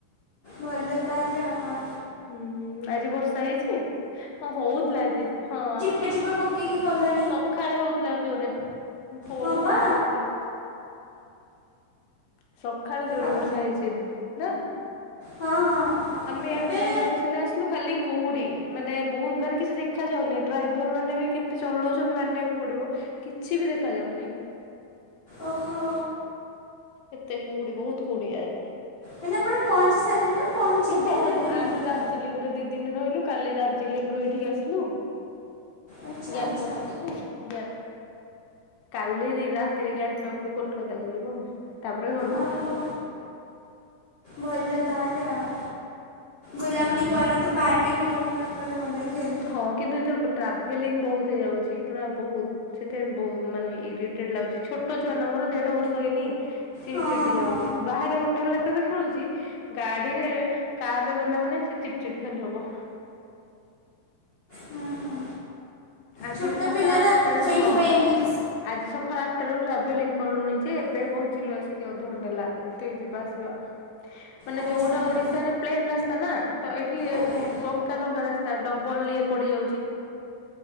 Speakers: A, on the left; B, on the left.
A: ଭଲ ତାହେଲେ ଆଉ କଅଁ।
B: ହୁଁ ଆଜି ବର୍ଷା ହେଇଛି ହଁ ହଉଥିଲା ଆଜି ହଁ,
A: ଆଜିବା ପକେଇକି ଗଲା
B: ସଖାଳେ ହଉଥିଲା ଜୋରେ ଫୋନ
A: ହଁ
B: ମାମା
A: ପା
B: କରିଥିଲେ। ସଖାଳେ ଜୋରେ
A: ଆପ
B: ବର୍ଷା ହେଇଛି ନା?
A: ହଁ ହଁ।
B: ଆମେ ଇଆଡେ
A: ଏବେ
B: ବୁଲିବାକୁ ସିନା ଆସିଲୁ ଖାଲି କୁହୁଡି ମାନେ ବହୁତ ମାନେ କିଛି ଦେଖା ଯାଉନି ଡ୍ରାଇଭର ମାନେ ବି କେମିତି ଚଲଉଛନ୍ତି ମାନିବାକୁ ପଡିବ କିଛି ବି ଦେଖା ଯାଉନି।
A: ଓହୋ।
B: ଏତେ କୁହୁଡି ବହୁତ କୁହୁଡି ଆ
A: ମାନେଆପଣ ପହଞ୍ଚି ସାରିଲେଣି ନା। ପହଞ୍ଚିବେ
B: ମୁଁ ପହ
A: ନା କେମିତି?
B: ଆମେ ଦାର୍ଜିଲିଂରେ ଦି ଦିନ ରହିଲୁ କାଲି ଦାର୍ଜିଲିଂ ରୁ ଏଇଠିକି ଆସିଲୁ।
A: ଆଚ୍ଛା
B: ଗ୍ୟାଙ୍ଗଟକସଲୁ।
A: ଆଚ୍ଛା
B: ଗ କାଲି ରାତିରେ ଗ୍ୟାଙ୍ଗଟକ ରୁ କୋଲକାତା କୁ ଯିବ ଆଉ। ତାପରେ ଘରକୁ।
A: ଓହୋ ଭଲ ତାହେଲେ ଆଉ ବୁଲାବୁଲି
B: ହୁଁ।
A: କରନ୍ତୁ ବାାରେ ଟେ ବୁଲାବୁଲି ନ କଲେ ଭଲ ଲାଗିବିନି।
B: ହଁ କିନ୍ତୁ ଏଥିରୁ ଟ୍ରାଭେଲିଂ ବହୁତ ହେଇଯାଉଛି ପୁରା ବହୁତ ସେଥିପାଇଁ ବହୁ ମାନେ ଇରିଟେଡ ଲାଗୁଛି ଛୋଟ ଛୁଆ ନ ମର ଦେଢ ବର୍ଷ ହେଇନି। ସିଏ
A: ହଁ
B: ବି ଚିଡି
A: ହଁ।
B: ଯାଉଛି ବାହାରେ <unintelligible> ଖେଳୁଛି ଗାଡିରେ କାର ରେ ଗଲା ମାନେ ସେ ଚିଟି ଚିଟି ଖାଲି ହବ।
A: ହୁଁ ହୁଁ
B: ଆଜି
A: ଛୋଟ
B: ଏଠି ସକାଳ
A: ପିଲା ନା
B: ଆଠଟାରୁ
A: ସେଇଥିପାଇଁ
B: ହଁ।
A: ଏମିତି
B: ଆଜି ସକାଳ ଆଠଟ ରାରୁ ଟ୍ରାଭେଲିଂ କଲୁଣି ଯେ ଏବେ ପହଞ୍ଚିଲୁ ଆସିକି ଅଧଘଣ୍ଟା ହେଲା ଏତେ ଯିବା ଆସିବା ମାନେ
A: ଆଜ୍ଞା
B: ଯୋଉଟା
A: ଆଜ୍ଞା
B: ଓଡିଶାରେ ପ୍ଲେନ ରାସ୍ତା ନା ତ ଏଇଠି
A: ଆଜ୍ଞା
B: ବଙ୍କା ଟଙ୍କା ରାସ୍ତା ତା ଡବଲ ଇଏ ପଡିଯାଉଛି।